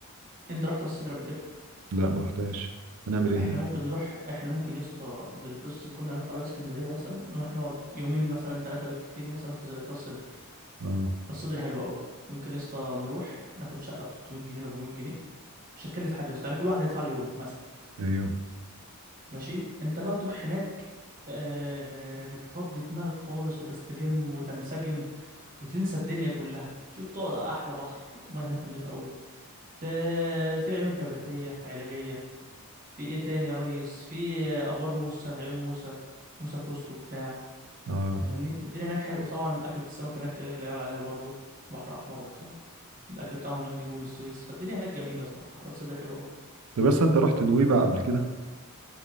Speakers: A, on the right; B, on the right.
A: انت رحت راس سدر قبل كده
B: لا ما رحتهاش هنعمل ايه
A: احنا
B: هناك
A: ممكن نروح احنا ممكن يا اسطى بالفلوس اللي كنا هنطلع بيها اسكندريه مثلا نروح نقعد يومين مثلا ثلاثه بالكتير مثلا في في راس سدر
B: اه
A: راس سدر حلو قوي ممكن يا اسطى نروح ناخد شقه ب 300 جنيه 400 جنيه مش هتكلف حاجه يا اسطى يعني كل واحد هيدفع له يوم مثلا
B: ايوه
A: ماشي انت بقى تروح هناك آه، تفضي دماغك خالص وتستجم وتنسجم وتنسى الدنيا كلها تشوف تقعد على احلى بحر المياه هناك نظيفه قوي تا- في عيون كبريتية علاجية في ايه تاني يا ريس في ابار موسى عيون موسى موسى كوستو بتاع
B: اه
A: فاهمني الدنيا هناك حلوه وطبعا اكلة السمك هناك إيه لا يعلى عليها برضه بحر احمر وبتاع الاكل بتاعهم هناك بيجيبوه من السويس فالدنيا هناك جميله صراحه راس سدر حلوه قوي
B: طب بس انت رحت نويبع قبل كده